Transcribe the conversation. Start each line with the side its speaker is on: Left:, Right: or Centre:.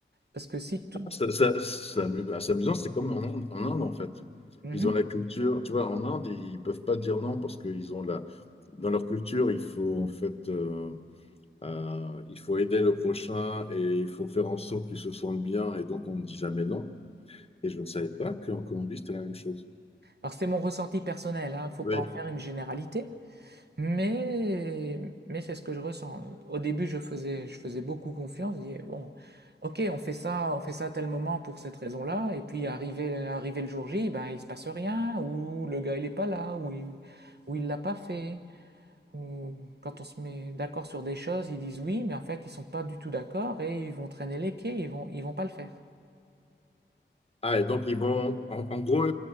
Right: Parce que si tout...
Left: ça, ça- ça amu- ah, c'est amusant, c'est comme en Inde, en Inde, en fait.
Right: Mhm.
Left: Ils ont la culture, tu vois, en Inde, ils peuvent pas dire non parce qu'ils ont la... Dans leur culture, il faut en fait... euh, Euh, il faut aider le prochain et il faut faire en sorte qu'il se sente bien. Et donc, on ne dit jamais non. Et je ne savais pas qu'en Colombie, c'était la même chose.
Right: Alors c'est mon ressenti personnel, hein, faut
Left: Oui.
Right: pas en faire une généralité, mais, mais c'est ce que je ressens. Au début, je faisais, je faisais beaucoup confiance, je disais, bon, ok, on fait ça, on fait ça à tel moment pour cette raison-là, et puis arrivé, arrivé le jour J, ben, il se passe rien, ou le gars il est pas là, ou il, ou il l'a pas fait. on- quand on se met d'accord sur des choses, ils disent oui, mais en fait, ils sont pas du tout d'accord et ils vont traîner les pieds, ils vont, ils vont pas le faire.
Left: Ah, et donc, ils vont, en, en gros,